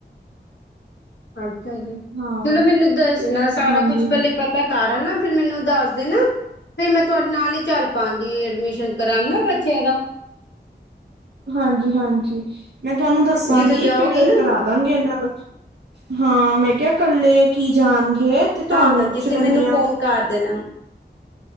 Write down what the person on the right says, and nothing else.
ਹਾਂ
ਤੇ
ਹਾਂਜੀ
ਹਾਂਜੀ
<inaudible> ਹਾਂਜੀ-ਹਾਂਜੀ ਮੈਂ ਤੁਹਾਨੂੰ ਦੱਸਾਂਗੀ
ਫਿਰ
ਕਰਾਦਾਂਗੇ ਇਹਨਾਂ ਨੂੰ। ਹਾਂ ਮੈਂ ਕਿਹਾ ਕੱਲੇ ਕੀ ਜਾਣ ਗੇ ਤੇ ਤੁਹਾਨੂੰ
ਪੁੱਛ
ਲੈਣੀ
ਆ।